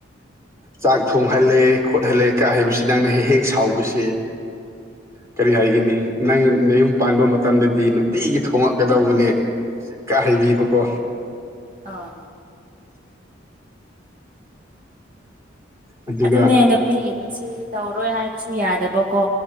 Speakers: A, on the right; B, on the right.
A: ꯆꯥꯛ ꯊꯣꯡꯍꯜꯂꯦ ꯈꯣꯠꯍꯜꯂꯦ ꯀꯥꯢꯍꯥꯢꯕꯁꯤ ꯅꯪꯅ ꯍꯦꯛ ꯍꯦꯛ ꯁꯥꯎꯕꯁꯦ ꯀꯔꯤ ꯍꯥꯏꯒꯅꯤ ꯅꯪ ꯅꯌꯨꯝ ꯄꯥꯟꯕ ꯃꯇꯝꯗꯗꯤ ꯗꯤ ꯅꯨꯡꯇꯤꯒꯤ ꯊꯣꯉꯛꯀꯗꯧꯕꯅꯦ ꯀꯥꯢ ꯍꯥꯏꯕꯤꯕꯀꯣ
B: ꯑꯥ
A: ꯑꯗꯨꯒ
B: ꯑꯗꯨꯅꯦ ꯅꯨꯄꯤꯒꯤ ꯄꯨꯟꯁꯤꯁꯦ ꯇꯧꯔꯣꯏ ꯍꯥꯏꯕꯁꯨ ꯌꯥꯗꯕꯀꯣ